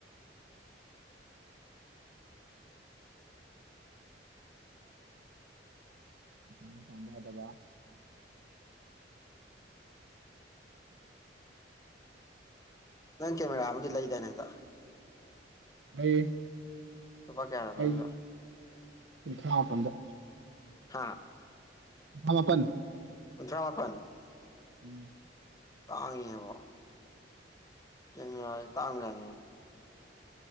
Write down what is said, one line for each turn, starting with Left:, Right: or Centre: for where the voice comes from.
Right: <unintelligible> ꯊꯃꯤ ꯊꯥꯝꯕꯗꯕ
Left: ꯅꯪ ꯀꯦꯃꯦꯔꯥ ꯑꯃꯗꯤ ꯂꯩꯗꯥꯅꯦꯗ
Right: ꯑꯩ
Left: ꯀꯌꯥ ꯂꯩꯔꯤꯕ
Right: ꯑꯩ ꯀꯨꯟꯊ꯭ꯔꯥ ꯃꯥꯄꯟꯗ
Left: ꯍꯥꯥ
Right: ꯊꯄ
Left: ꯄꯟꯊ꯭ꯔꯥ ꯃꯥꯄꯟ
Right: ꯎꯝ
Left: ꯇꯥꯡꯤ ꯍꯥꯏꯦꯕ ꯀꯃꯦ ꯇꯥꯡꯅꯤ